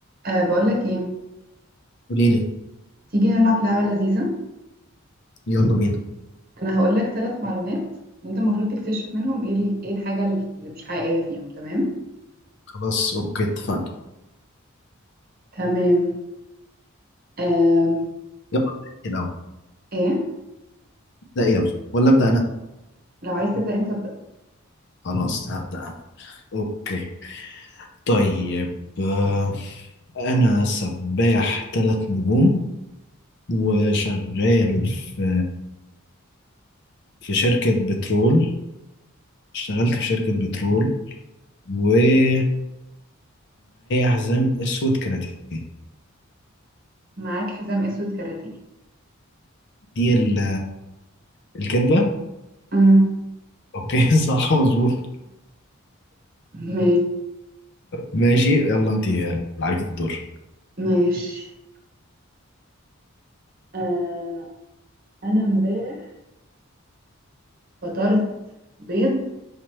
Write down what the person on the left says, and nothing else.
قولي لي
يلا بينا
خلاص اوكي اتفقنا
يلا نحكي الاول
ابدا يلا ولا ابدا انا
خلاص هبدا انا اوكي طيب آه، انا سباح ثلاث نجوم وشغال في في شركة بترول اشتغلت في شركة بترول ومعايا حزام اسود كاراتيه
دي ال- الكدبة
اوكي <laughs> صح مظبوط
ماشي يلا انت اللي عليك الدور